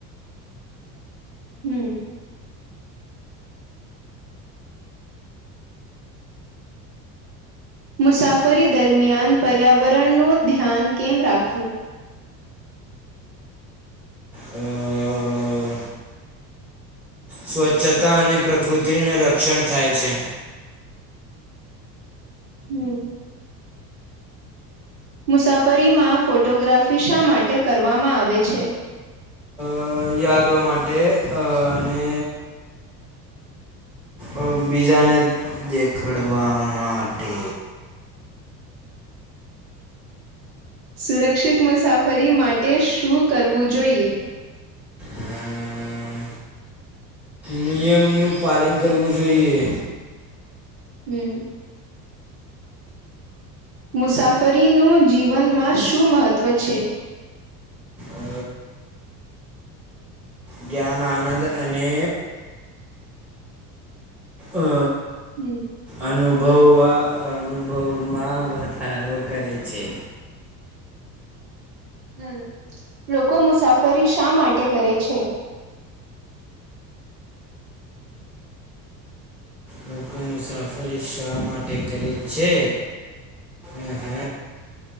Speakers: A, on the right; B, in the centre.
A: હમ. મુસાફરી દરમિયાન પર્યાવરણનું ધ્યાન કેમ રાખવું.
B: અ. સ્વચ્છતા અને પ્રકૃતિને રક્ષણ થાય છે.
A: હમ. મુસાફરીમાં ફોટોગ્રાફી શા માટે કરવામાં આવે છે.
B: અ યાદો માટે અને. અ બીજાને દેખડવા માટે.
A: સુરક્ષિત મુસાફરી માટે શું કરવું જોઈએ.
B: અમ, નિયમનું પાલન કરવું જોઈએ.
A: હમ. મુસાફરીનું જીવનમાં શું મહત્ત્વ છે.
B: અ જ્ઞાન આનંદ અને અ.
A: હમ.
B: અનુભવ અનુભવમાં વધારો કરે છે.
A: હમ લોકો મુસાફરી શા માટે કરે છે.
B: લોકો મુસાફરી શા માટે કરે છે અ હ.